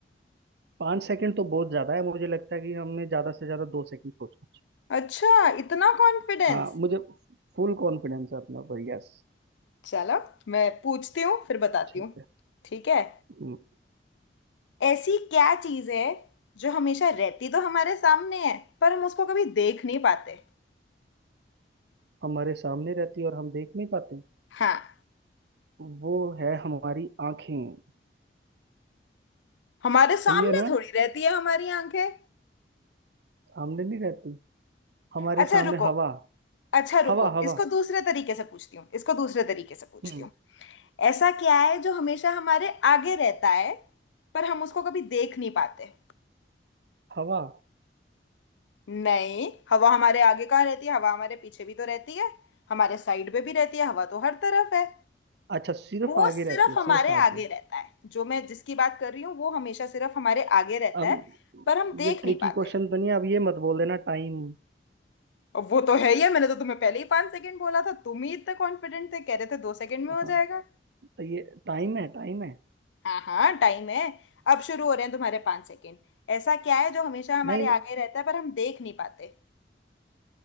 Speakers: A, on the right; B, on the left.
A: पाँच सेकंड तो बहुत ज्यादा है मुझे लगता है कि हमने ज्यादा से ज्यादा दो सेकंड सोचना चाहिए
B: अच्छा इतना कॉन्फिडेंस
A: हाँ मुझे फुल कॉन्फिडेंस है अपना पर यस
B: चलो मैं पूछती हूँ फिर बताती
A: ठीक
B: हूँ
A: है
B: ठीक है
A: हम्म,
B: ऐसी क्या चीज है जो हमेशा रहती तो हमारे सामने है पर हम उसको कभी देख नहीं पाते
A: हमारे सामने रहती है और हम देख नहीं पाते
B: हाँ
A: वो है हमारी आंखें
B: हमारे सामने
A: सही है ना
B: थोड़ी रहती है हमारी आंखें
A: सामने नहीं रहती हमारे
B: अच्छा
A: सामने
B: रुको
A: हवा
B: अच्छा रुको
A: हवा हवा
B: इसको दूसरे तरीके से पूछती हूँ इसको दूसरे तरीके से पूछती
A: हम्म
B: हूँ ऐसा क्या है जो हमेशा हमारे आगे रहता है पर हम उसको कभी देख नहीं पाते
A: हवा
B: नहीं हवा हमारे आगे कहाँ रहती है हवा हमारे पीछे भी तो रहती है हमारे साइड पे भी रहती है हवा तो हर तरफ है
A: अच्छा सिर्फ
B: वो
A: आगे
B: सिर्फ
A: रहती है
B: हमारे
A: सिर्फ आगे
B: आगे रहता है जो मैं जिसकी बात कर रही हूँ वो हमेशा सिर्फ हमारे आगे रहता
A: अब
B: है पर हम देख
A: ये ट्रिकी
B: नहीं पाते
A: क्वेश्चन तो नहीं है, अब ये मत बोल देना टाइम
B: और वो तो है ही है मैंने तो तुम्हें पहले ही पांच सेकंड बोला था तुम ही इतने कॉन्फिडेंट थे कह रहे थे दो सेकंड में हो
A: हाँ
B: जाएगा
A: तो ये टाइम है टाइम है
B: हाँ हाँ टाइम है अब शुरू हो रहे हैं तुम्हारे पांच सेकंड ऐसा क्या है जो हमेशा हमारे
A: नहीं
B: आगे रहता है पर हम देख नहीं पाते